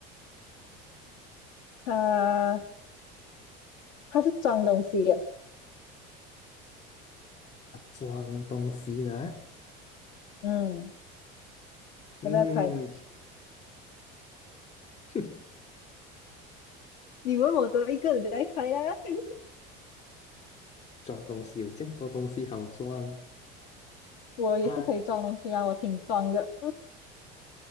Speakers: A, on the left; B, on the left.
A: 它它是装东西的，
B: 它装东西呢、
A: 嗯，
B: 嗯，
A: 要不要猜？
B: <laughs>
A: 你问我多一个，你再猜啦。<laughs>
B: 装东西有这么多东西好装，
A: 我也是可以装东西啊，
B: 它
A: 我挺装的。